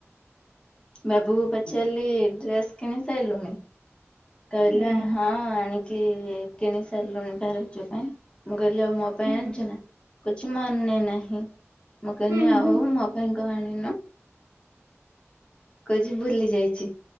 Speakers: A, on the left (about 20°); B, on the right (about 50°).
A: ବାବୁ କୁ ପଚାରିଲି ଡ୍ରେସ କିଣି ସାରିଲୁଣି? କହିଲ
B: ହୁଁ।
A: ହଁ ଆଣି କି କିଣି ସାରିଲୁଣି <unintelligible> ପାଇଁ କହିଲି ମୋ ପାଇଁ
B: ହୁଁ
A: ଆଣିଛୁ ନା?? କିଛି ମାନେ ନାହିଁ। ମୁଁ କହିନି
B: ହୁଁ
A: ଆଉ
B: ହୁଁ
A: ମୋ ପାଇଁ କଣ ଆଣି କହୁଛି ଭୁଲି ଯାଇଛି,